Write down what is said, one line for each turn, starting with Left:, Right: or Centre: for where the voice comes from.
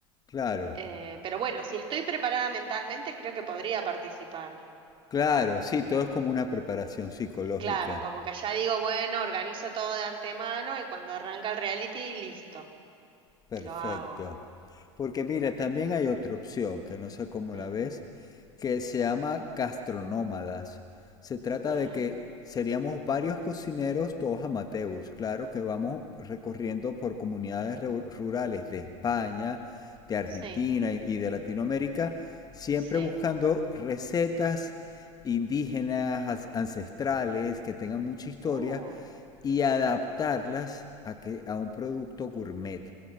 Left: claro,
Right: Eh, pero bueno, si estoy preparada mentalmente, creo que podría participar.
Left: claro. Sí, todo es como una preparación psicológica.
Right: Claro, como que ya digo, bueno, organizo todo de antemano y cuando arranca el reality, listo,
Left: Perfecto.
Right: lo hago.
Left: Porque mira, también hay otra opción que no sé cómo
Right: Mm,
Left: la ves, que se llama gastronómadas. Se trata
Right: mm,
Left: de que seríamos varios cocineros, todos amateurs, claro, que vamos recorriendo por comunidades ru- rurales de España, de Argentina
Right: sí.
Left: y y de Latinoamérica, siempre
Right: Sí.
Left: buscando recetas indígenas, as- ancestrales, que tengan mucha historia
Right: Uh,
Left: y adaptarlas a, que, a un producto gourmet